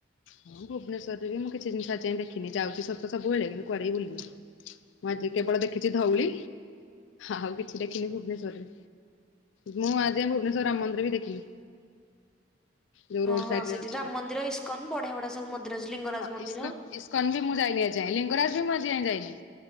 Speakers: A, on the left (about 75°); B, in the centre.
A: ହଁ ଭୁବନେଶ୍ୱରରେ ବି ମୁଁ କିଛିି ଜିନିଷ ଆଜି ଯାଇ ଦେଖିନି ଯାଉଛି ସତ ସବୁ ବେଳେ କିନ୍ତୁ କୁଆଡ଼େ କିି ବୁଲିନି। ମୁଁ ଆଜି କେବଳ ଦେଖିଛି ଧଉଳି ଆଉ କିଛି ଦେଖିନି ଭୁବନେଶ୍ଵରରେ। ମୁଁ ଆଜିଯାଏଁ ଭୁବନେଶ୍ୱର ରାମ ମନ୍ଦିର ବି ଦେଖିନି। ଯୋଉ
B: ହଁ
A: ରୋଡ ସାଇଡ
B: ସେଠି
A: ରେ ଅଛି
B: ରାମ
A: ଗୋଟେ।
B: ମନ୍ଦିର ଇସ୍କନ ବଢିଆ ବଢିଆ ସବୁ ମନ୍ଦିର ଅଛି ଲିଙ୍ଗରାଜ
A: ହଁ
B: ମନ୍ଦିର।
A: ଇସ୍କନ ଇସ୍କନ ବି ମୁଁ ଯାଇନି ଆଜିଯାଏଁ ଲିଙ୍ଗରାଜ ବି ମୁ ଆଜି ଯାଏ ଯାଇନି।